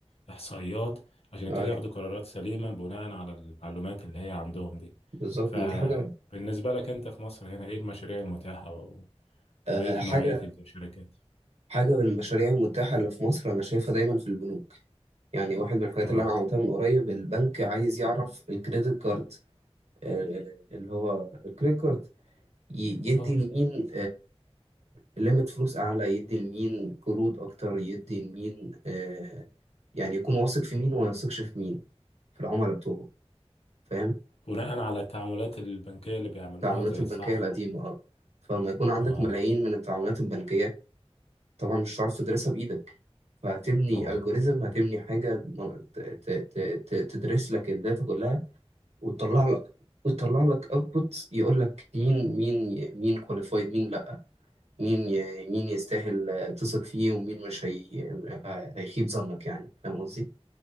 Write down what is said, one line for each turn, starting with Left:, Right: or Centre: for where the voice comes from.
Left: الاحصائيات عشان يبتدي
Right: ايوه
Left: ياخدوا قرارات سليمه بناء على المعلومات اللي هي عندهم دي
Right: بالظبط
Left: فبالنسبه
Right: ما دي حاجه
Left: لك انت في مصر هنا ايه المشاريع المتاحه و-
Right: آه،
Left: وايه
Right: حاجه
Left: نوعيه الشركات
Right: حاجه من المشاريع المتاحه اللي في مصر انا شايفها دايما في البنوك يعني واحد من الحاجات
Left: اه
Right: اللي انا عملتها من قريب البنك عايز يعرف الكريدت كارد آه، اللي هو الكريدت كارد ي- يدي
Left: اه
Right: لمين ليميت فلوس اعلى يدي لمين قروض اكتر يدي لمين آه، يعني يكون واثق في مين وما يثقش في مين في العملاء بتوعه فاهم
Left: بناء على التعاملات البنكيه اللي بيعملوها
Right: التعاملات
Left: زي
Right: البنكية
Left: السحب
Right: القديمة
Left: وال-
Right: اه فلما يكون عندك
Left: اه
Right: ملايين من التعاملات البنكية طبعا مش هتعرف تدرسها بإيدك فهتبني
Left: طبعا
Right: الجوريزم هتبني حاجة ت- ت- ت- ت- تدرس لك الداتا كلها وتطلع لك وتطلع لك اوتبوت يقول لك مين مين مين كواليفايد مين لا مين ي- مين يستاهل آه، تثق فيه ومين مش هي... آه، هيخيب ظنك يعني فاهم قصدي؟